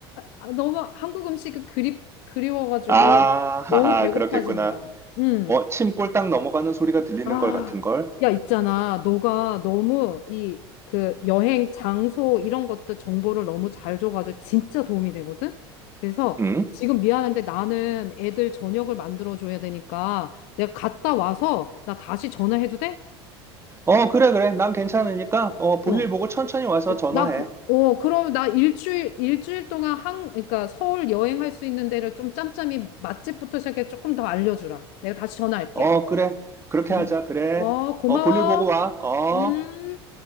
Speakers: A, on the left; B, on the right.
A: 아, 너무 한국 음식이 그립, 그리워가지고
B: 아, 하하,
A: 너무 배고파진다.
B: 그렇겠구나.
A: 응.
B: 어, 침 꼴딱 넘어가는 소리가 들리는
A: 아,
B: 걸 같은걸?
A: 야, 있잖아. 너가 너무 이 그 여행 장소 이런 것들 정보를 너무 잘 줘가지고 진짜 도움이 되거든? 그래서
B: 응?
A: 지금 미안한데 나는 애들 저녁을 만들어줘야 되니까 내가 갔다 와서 나 다시 전화해도 돼?
B: 어, 그래, 그래. 난 괜찮으니까, 어, 볼일
A: 어.
B: 보고 천천히 와서
A: 어,
B: 전화해.
A: 나 그, 어, 그럼 나 일주일, 일주일 동안 한, 그러니까 서울 여행할 수 있는 데를 좀 짬짬이 맛집부터 시작해 조금 더 알려주라. 내가 다시 전화할게.
B: 어, 그래. 그렇게
A: 음.
B: 하자, 그래.
A: 어, 고마워.
B: 어, 볼일 보고 와. 어.
A: 음.